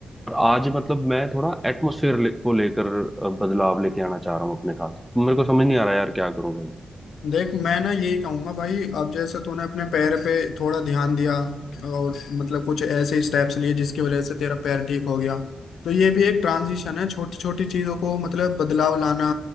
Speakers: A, in the centre; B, on the left.
A: और आज मतलब मैं थोड़ा एटमोसफेयर ले, को लेकर अ, बदलाव लेके आना चाह रहा हूँ अपने साथ मेरे को समझ नहीं आ रहा यार क्या करूँ भाई
B: देख मैं ना यही कहूंगा भाई अब जैसे तूने अपने पैर पे थोड़ा ध्यान दिया और मतलब कुछ ऐसे स्टेप्स लिए जिसकी वजह से तेरा पैर ठीक हो गया तो ये भी एक ट्रांजिशन है छोटी छोटी चीजों को मतलब बदलाव लाना